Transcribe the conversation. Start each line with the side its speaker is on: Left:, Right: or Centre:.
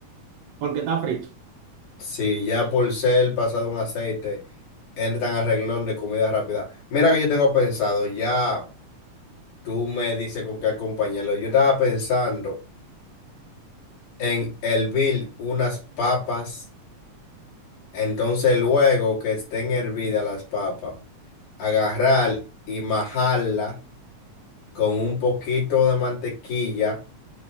Right: porque está frito.
Left: Si ya por ser pasado un aceite, entran al renglón de comida rápida. Mira que yo tengo pensado, ya tú me dices con qué acompañarlo. Yo estaba pensando. en hervir unas papas, entonces luego que estén hervidas las papas, agarrar y majarla con un poquito de mantequilla